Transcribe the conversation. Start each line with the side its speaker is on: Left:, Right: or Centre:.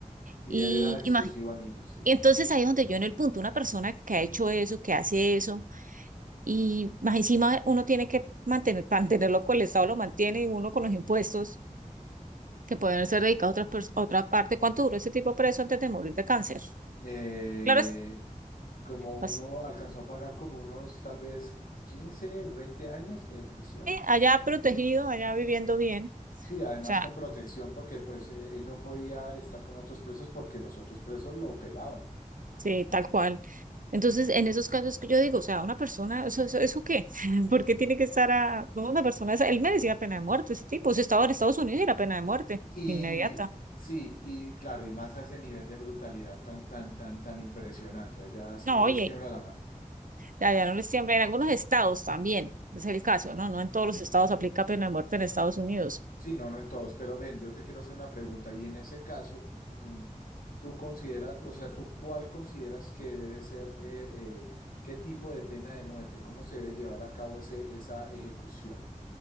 Left: Y
Right: Y,
Left: él era exclusivo
Right: y, más-
Left: a niños, sí.
Right: y entonces ahí es donde yo en el punto, una persona que ha hecho eso, que hace eso, y más encima uno tiene que mantener, mantenerlo con el Estado, lo mantiene y uno con los impuestos que pueden ser dedicados a otras pers- otra parte. ¿Cuánto duró ese tipo preso antes de morir de cáncer?
Left: Eh,
Right: Claro, es
Left: como
Right: así,
Left: uno alcanzó a pagar como unos tal vez 15, 20 años de prisión.
Right: allá protegido, allá viviendo bien,
Left: Sí, además
Right: o sea,
Left: con protección porque pues eh, él no podía estar con otros presos porque los otros presos lo pelaban.
Right: sí, tal cual. Entonces, en esos casos que yo digo, o sea, una persona, ¿eso, eso, eso qué? <laughs> ¿Por qué tiene que estar a, no, una persona, esa- él merecía pena de muerte, ese tipo, si estaba en Estados Unidos era pena de muerte
Left: Y
Right: inmediata.
Left: sí, y claro, y más a ese nivel de brutalidad tan, tan, tan, tan impresionante. Allá sí
Right: No,
Left: no les
Right: oye,
Left: tiembla la mano.
Right: allá no les siempre, en algunos estados también, es el caso, ¿no? No en todos los estados aplica pena de muerte en Estados Unidos
Left: Sí, no, no en todos, pero ven, yo te quiero hacer una pregunta y en ese caso, mm, tú consideras, o sea, tú cuál consideras que debe ser, eh, eh, qué tipo de pena de muerte, cómo se debe llevar a cabo ese, esa ejecución